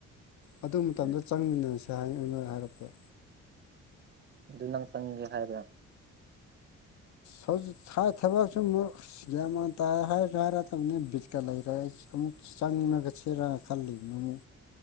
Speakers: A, on the left; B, on the right.
A: ꯑꯗꯨ ꯃꯇꯝꯗ
B: ꯎꯝ
A: ꯆꯪꯃꯤꯟꯅꯁꯦ ꯗ ꯍꯥꯏ ꯅꯣꯏ ꯍꯥꯏꯔꯛꯄ꯭ꯔꯥ
B: ꯑꯗꯨ ꯅꯪ ꯆꯪꯒꯦ ꯍꯥꯏꯕ꯭ꯔꯥ
A: ꯍꯧꯖꯤꯛ ꯊꯥ ꯊꯕꯛꯁꯨ ꯃꯨꯛ ꯒ꯭ꯌꯥꯟ ꯃꯦꯟ ꯇꯥꯔꯦ ꯍꯥꯏꯔꯁꯨ ꯍꯥꯏꯔꯛꯇꯝꯅꯦ ꯕꯤꯠꯀ ꯂꯩꯇꯔꯦ ꯑꯩ ꯑꯃꯨꯛ ꯆꯪꯉꯒ ꯁꯤꯔꯥ ꯈꯜꯂꯤꯕꯅꯤꯅꯦ